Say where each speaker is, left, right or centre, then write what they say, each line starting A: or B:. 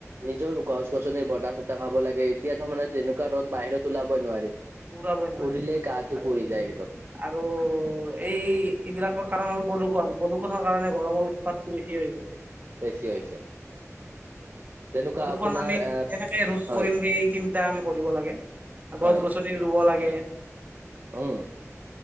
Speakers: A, on the right; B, on the right.
A: নিজৰ গছ গছনিৰ বতাহ চতাহ খাব লাগে, এতিয়া ত মানে তেনেকুৱা ৰ'দ বাহিৰত ত ওলাবই নোৱাৰি।
B: ঘূৰাবই নোৱাৰি
A: উৰিলে গাটো
B: আৰু
A: পুৰি যায় একদম
B: আৰু এই এইবিলাকৰ কাৰণ হ'ল প্ৰদূষণ। প্ৰদূষণৰ কাৰণে গৰমৰ উৎপাতটো বেছি হৈ গৈছে।
A: বেছি হৈছে। যেনেকুৱা
B: প্ৰদূষন
A: আপোনাৰ
B: আমি
A: এ
B: কেনেকে ৰোধ
A: হয়
B: কৰিম সেই চিন্তা আমি কৰিব লাগে,
A: হয়
B: গছ গছনি ৰুব লাগে।
A: উম